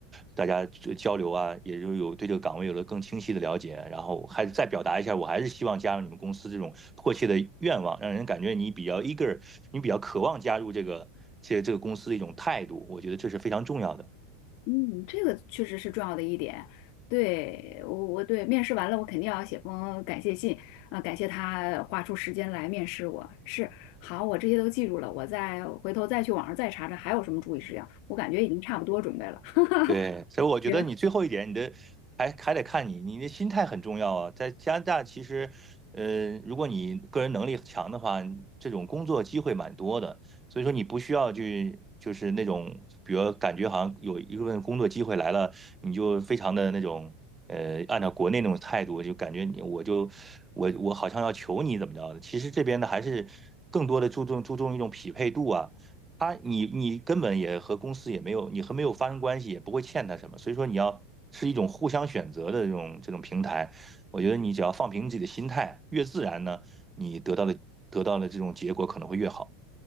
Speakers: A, on the right; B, on the left.
A: 大家这交流啊，也就有对这个岗位有了更清晰的了解，然后还再表达一下，我还是希望加入你们公司这种迫切的愿望，让人感觉你比较 eager，你比较渴望加入这个这这个公司的一种态度，我觉得这是非常重要的。
B: 嗯，这个确实是重要的一点。对，我我对面试完了，我肯定要写封感谢信啊，感谢他花出时间来面试我。是，好，我这些都记住了，我再回头再去网上再查查还有什么注意事项。我感觉已经差不多准备了。<laughs>
A: 对，所以我觉得你最后一点，
B: 行，
A: 你的还还得看你，你的心态很重要啊。在加拿大，其实，呃，如果你个人能力强的话，这种工作机会蛮多的。所以说，你不需要去，就是那种，比如感觉好像有一份工作机会来了，你就非常的那种，呃，按照国内那种态度，就感觉你我就我我好像要求你怎么着的。其实这边呢，还是更多的注重注重一种匹配度啊。他你你根本也和公司也没有，你和没有发生关系，也不会欠他什么。所以说你要是一种互相选择的这种这种平台，我觉得你只要放平自己的心态，越自然呢，你得到的得到的这种结果可能会越好。